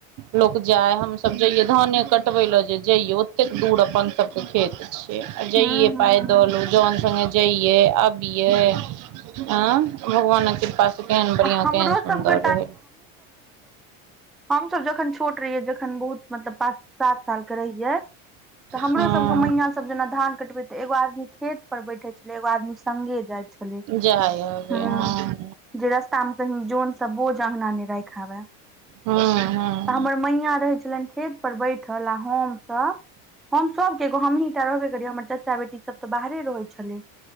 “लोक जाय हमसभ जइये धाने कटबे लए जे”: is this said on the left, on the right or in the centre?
Right